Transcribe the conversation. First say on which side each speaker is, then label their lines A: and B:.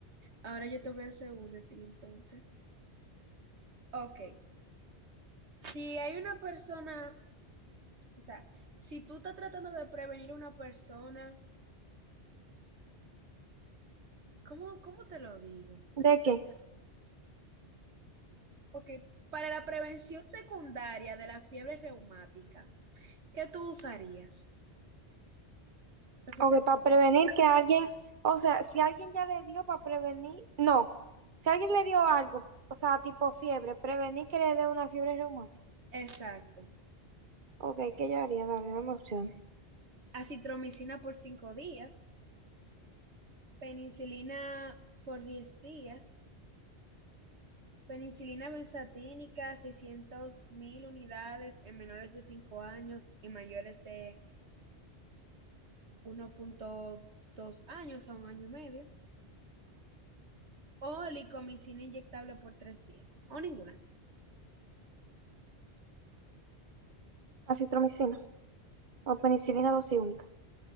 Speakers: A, on the right; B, on the right.
A: Ahora yo te voy a hacer una a ti entonces. Ok. Si hay una persona, o sea, si tú estás tratando de prevenir a una persona, ¿cómo, cómo te lo digo?
B: ¿De qué?
A: Ok, para la prevención secundaria de la fiebre reumática, ¿qué tú usarías? Entonces
B: O
A: te
B: que para
A: digo.
B: prevenir que alguien, o sea, si alguien ya le dio para prevenir, no, si alguien le dio algo, o sea, tipo fiebre, prevenir que le dé una fiebre reumática.
A: Exacto.
B: Ok, ¿qué yo haría? Darle dame opciones.
A: Acitromicina por cinco días, penicilina por 10 días, penicilina benzatínica seiscientos mil unidades en menores de 5 años y mayores de uno punto dos años a un año y medio. olicomicina inyectable por tres días, o ninguna.
B: Acitromicina. O penicilina dosis única.